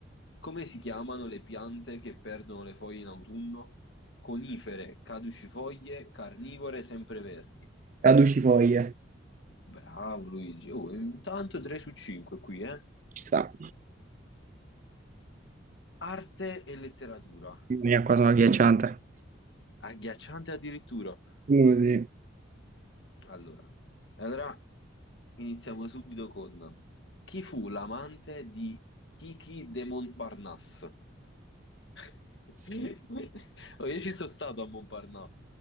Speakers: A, on the left; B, on the right.
A: Come si chiamano le piante che perdono le foglie in autunno? Conifere, caducifoglie, carnivore, sempreverdi.
B: Caducifoglie.
A: Bravo Luigi. Oh, intanto 3 su 5 qui, eh.
B: Ci sta.
A: Arte e letteratura.
B: Mia, qua sono agghiacciante.
A: Agghiacciante addirittura.
B: Così.
A: Allora, allora iniziamo subito con chi fu l'amante di Kiki de Montparnasse? <laughs> Oh, io ci sono stato a Montparnasse.